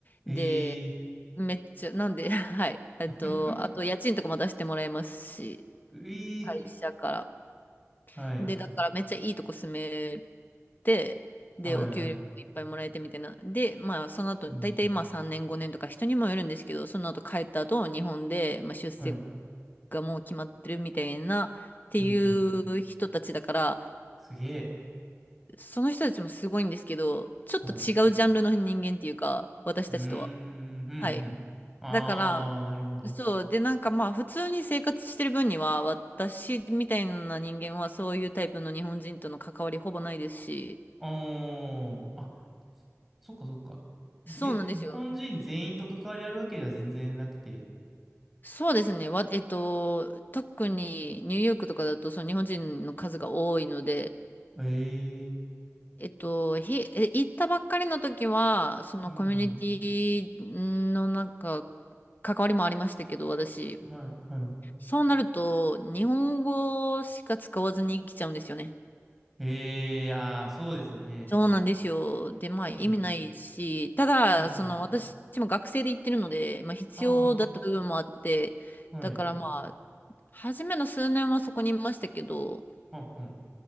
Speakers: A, in the centre; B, on the left.
A: ええー。
B: で、めっちゃ、なんで、<laughs> はい。えっと、
A: <laughs>
B: あと家賃とかも出してもらえますし、
A: うえー。
B: 会社から。
A: はい。
B: で、だからめっちゃいいとこ住めて、で、
A: はい、
B: お給料もいっぱいもらえてみたいな。
A: はい。
B: で、まあ、その後、
A: うん。
B: 大体まあ3年、5年とか人にもよるんですけど、その後帰った後、日本で、まあ、出世
A: はい。
B: がもう決まってるみたいな、ってい
A: うん、うん。
B: う人たちだから、
A: すげえ。
B: その人たちもすごいんですけど、ちょっと違うジャンルの人間っていうか、
A: はい。う
B: 私たちとは。
A: ーん、うん、
B: はい。
A: うん。ああ、
B: だから、
A: なるほど。
B: そう。で、なんかまあ、普通に生活してる分には、私みたいな人間はそういうタイプの日本人との関わりほぼないですし、
A: ああ、あ、そっかそっか。ぜ、
B: そうなんですよ。
A: 日本人全員と関わりあるわけじゃ全然なくて。
B: そうですね。わ、えっと、特にニューヨークとかだと、その日本人の数が多いので、
A: ええ
B: えっと、ひ、え行ったばっかりの時は、そのコミュニテ
A: うん。
B: ィのなんか、関わりもありましたけど、私。
A: はい、はい。
B: そうなると、日本語しか使わずに生きちゃうんですよね。
A: ええああー、そうですよね。
B: そうなんですよ。で、まあ意味ないし、
A: そうですよね。
B: ただ、
A: うん、うん。
B: その私も学生で行ってるので、まあ必要だった部分もあって、
A: ああ、はい。
B: だからまあ、初めの数年はそこにいましたけど、
A: はんはん。